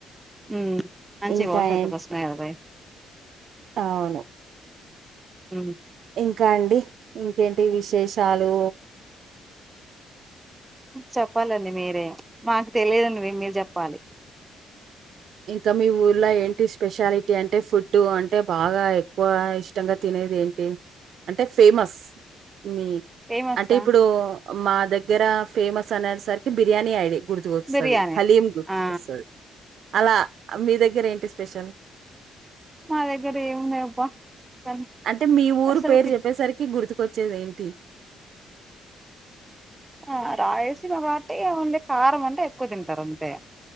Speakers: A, on the right; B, on the right.
A: ఉమ్ మంచి
B: ఇంకా
A: భవిష్యత్తు
B: ఏం
A: కోసమే కదా
B: అవును
A: ఉ
B: ఇంకా అండి ఇంకేంటి విశేషాలు
A: చెప్పాలండి మీరే మాకు తెలియదండి మే మీరు చెప్పాలి
B: ఇంకా మీ ఊర్లో ఏంటి స్పెషాలిటీ అంటే ఫుడ్డు అంటే బాగా ఎక్కువ ఇష్టంగా తినే అనేది ఏంటి అంటే ఫేమస్ మీ
A: ఫేమసా
B: అంటే ఇప్పుడు మా దగ్గర ఫేమస్ అనే సరికి బిర్యానీ ఐడి గుర్తుకొస్తది
A: బిర్యానీ
B: హలీం గుర్తుకొస్తది
A: ఆ
B: అలా మీ దగ్గర ఏంటి స్పెషల్?
A: మా దగ్గర ఏముంది అబ్బా కానీ
B: అంటే మీ ఊరు
A: అసలుకి
B: పేరు చెప్పేసరికి గుర్తుకు కొచ్చేది ఏంటి?
A: ఆ రాయలసిమ కాబట్టి ఉండే కారం అంటే ఎక్కువ తింటారు అంతే